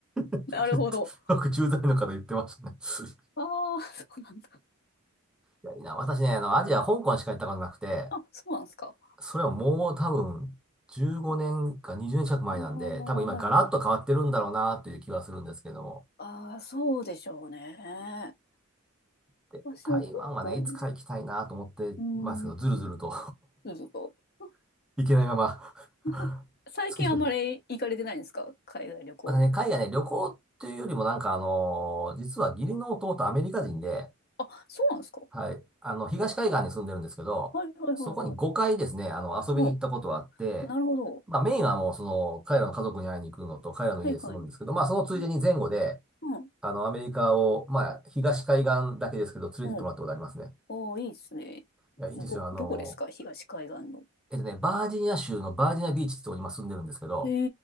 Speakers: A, in the centre; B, on the left.
A: 言って、
B: なるほど。
A: よく駐在の方言ってましたね。<laughs>
B: ああ、そうなんだ。
A: いや、いいな、私ね、あの、アジア、香港しか行ったことなくて、
B: あ、そうなんですか。
A: それはもう多分、15年か20年近く前なんで、
B: ああー、
A: 多分今ガラッと変わってるんだろうなという気はするんですけども。
B: はいはい。ああ、そうでしょうね。
A: で台湾はね、
B: 私も香港、
A: いつか行きたいなと思ってますけど、
B: うん、うーん、
A: ずるずると
B: どうぞどうぞ。
A: <laughs> 行けないまま
B: <laughs>
A: <laughs>
B: 最近あんまり行かれてないんですか海外旅行は。
A: 月日が。またね、海外ね、旅行っていうよりもなんかあのー実は義理の弟アメリカ人で、
B: あ、そうなんですか。
A: はい、あの、東海岸に住んでるんですけど、
B: はいはいはいは
A: そこに5回ですね、あの、遊びに行ったことはあって、
B: い。なるほど。
A: まあメインはもうその、彼らの家族に会いに行くのと、彼らの家で住むんですけど、
B: はいはい。
A: まあそのついでに前後で、
B: あうん。
A: あの、アメリカを、まあ東海岸だけですけど、連れて行ってもらったことありますね。
B: うん。ああ、いいっすね。
A: いや、いいですよ。
B: ど、
A: あのー
B: どこですか東海岸の。
A: えっとね、バージニア州のバージニアビーチってとこに今住んでるんですけど、
B: へ